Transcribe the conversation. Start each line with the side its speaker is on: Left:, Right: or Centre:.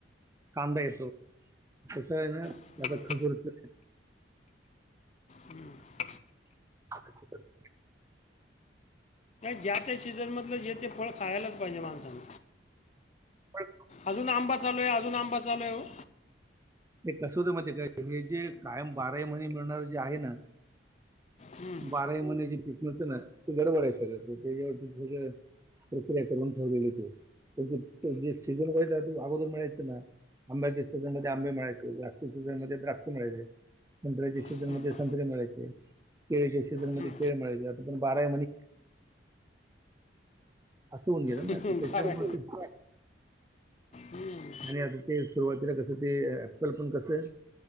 Right: कांदा येतो. तस आहे ना.
Left: हम्म,
Right: आता खजूर च
Left: हम्म.
Right: <unintelligible>
Left: ज्या त्या सीझनमधलं जे ते फळ खायलाच पाहिजे माणसान.
Right: पण
Left: अजून आंबा चालू आहे, अजून आंबा चालू आहे वो.
Right: ते कसं होतंय माहितीय काय, हे जे कायम बाराही महिने मिळणार जे आहे ना.
Left: हम्म,
Right: बाराही महिने जे पिक होत ना, ते गडबड आहे सगळं प्रक्रिया करून ठेवलेल, सीझन वाईज आहे. अगोदर मिळायच ना. आंब्याच्या सीजन मध्ये आंबे मिळायचे. द्राक्ष सीजन मध्ये द्राक्ष मिळायचे. संत्र्याच्या सीजनमध्ये
Left: हम्म,
Right: संत्रे मिळायचे. केेळच्या सीझनमध्ये
Left: हम्म,
Right: केळं मिळायचे. आता पण बाराही महिने असं होऊन गेलं
Left: हम्म.
Right: ना. त्याच्यामूळ
Left: बरं आहे
Right: ते फळ
Left: हम्म.
Right: आणि आता ते सुरुवातीला कसं ते, अँपल पण कसं